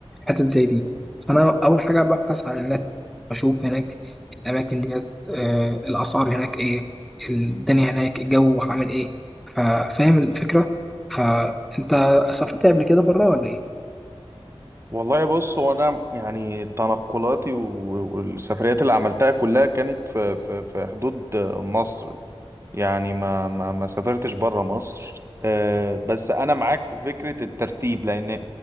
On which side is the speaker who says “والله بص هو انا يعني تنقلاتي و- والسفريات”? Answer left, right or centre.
Right